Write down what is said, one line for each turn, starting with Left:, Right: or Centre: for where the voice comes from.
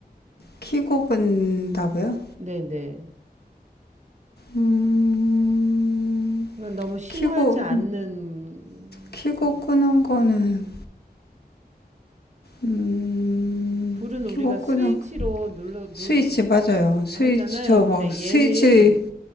Left: 키고 끈다고요?
Right: 네네.
Left: 음,
Right: 너무 심하지
Left: 키고,
Right: 않는,
Left: 키고
Right: 그,
Left: 끄는 거는, 음,
Right: 불은 우리가
Left: 키고 끄는,
Right: 스위치로 눌러,
Left: 스위치
Right: 누르,
Left: 맞아요. 스위치,
Right: 하잖아요.
Left: 저
Right: 근데
Left: 막 스위치
Right: 얘는,